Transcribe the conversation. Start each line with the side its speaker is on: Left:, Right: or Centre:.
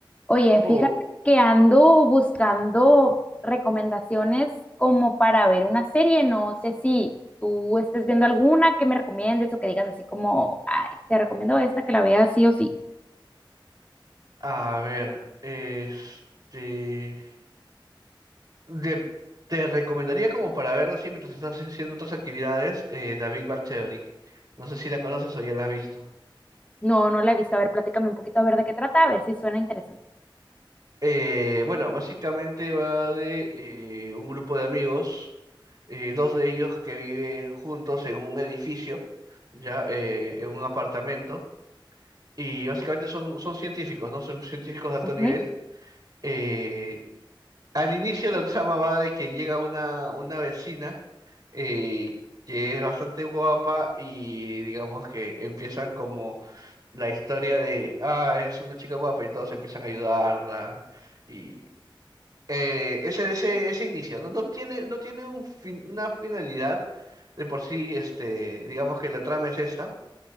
Left: Oye, fíjate
Right: Oh,
Left: que ando buscando recomendaciones como para ver una serie. No sé si tú estés viendo alguna que me recomiendes o que digas así como, ay, te recomiendo esta que la veas sí o sí.
Right: a ver, este, de- te recomendaría como para ver así mientras estás haciendo otras actividades, eh, The Big Bang Theory. No sé si la conoces o ya la has visto.
Left: No, no la he visto. A ver, platícame un poquito a ver de qué trata, a ver si suena interesante.
Right: Eh, bueno, básicamente va de eh, un grupo de amigos, eh, dos de ellos que viven juntos en un edificio, ya eh, en un apartamento, y básicamente son, son científicos, ¿no? Son científicos de alto
Left: Ok,
Right: nivel. eh, Al inicio la trama va de que llega una, una vecina eh, que es bastante guapa y digamos que empiezan como la historia de, ah, es una chica guapa y todos empiezan a ayudarla. Y eh, ese, ese, ese inicio, ¿no? No tiene, no tiene un fin- una finalidad de por sí, este, digamos que la trama es esta